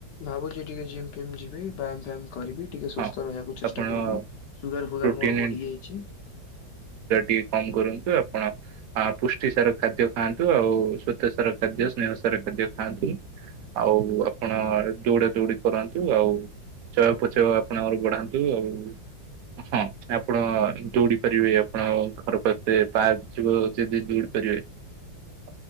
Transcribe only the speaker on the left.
ଭାବୁଛି ଟିକେ ଜିମ୍ ଫିମ୍ ଯିବି ବ୍ୟାୟାମ ଫ୍ୟମ୍ କରିବି ଟିକେ ସୁସ୍ଥ
ରହିବାକୁ ଚେଷ୍ଟା
କରିବି ସୁଗାର ଫୁଗାର
ମୋର ବଢି ଯାଇଛି।